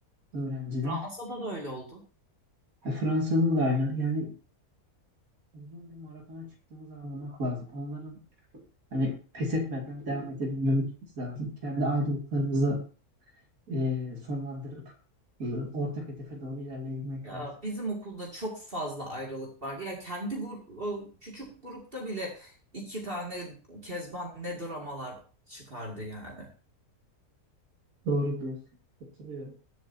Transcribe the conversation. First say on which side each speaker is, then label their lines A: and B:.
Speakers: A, on the right (about 65°); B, on the right (about 35°).
A: öğrenciler.
B: Fransa'da da öyle oldu.
A: E, Fransa'da da aynı. Yani uzun bir maratona çıktığımızı anlamak lazım. Onların hani pes etmeden devam edebilmemiz lazım. Kendi ayrılıklarımızı e, sonlandırıp e, ortak hedefe doğru ilerleyebilmek
B: Ya
A: lazım.
B: bizim okulda çok fazla ayrılık var. Ya kendi gru- o küçük grupta bile iki tane Kezban ne dramalar çıkardı yani.
A: Doğru diyorsun. Katılıyorum.